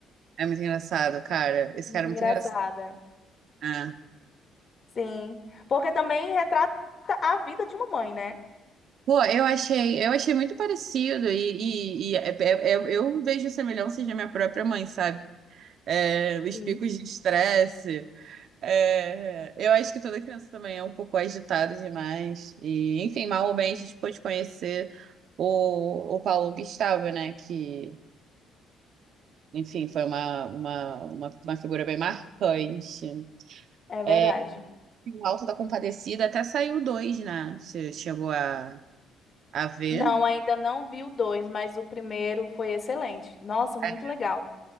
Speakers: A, on the right (about 65°); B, on the left (about 45°).
A: é muito engraçado, cara. Esse
B: muito
A: cara é muito
B: engraçada.
A: engraçado. Ah.
B: Sim. Porque também retrata a vida de uma mãe, né?
A: Pô, eu achei, eu achei muito parecido e, e- e é- é- é- eu vejo semelhanças na minha própria mãe, sabe? É, os
B: Sim.
A: picos de estresse. é, eu acho que toda criança também é um pouco agitada demais. E, enfim, mal ou bem, a gente pôde conhecer o, o Paulo Gustavo, né? Que, enfim, foi uma, uma, uma, uma figura bem marcante.
B: É verdade.
A: É, e o Alto da Compadecida até saiu dois, né? Você chegou a, a ver?
B: Não, ainda não vi o dois, mas o primeiro foi excelente. Nossa, muito
A: É,
B: legal.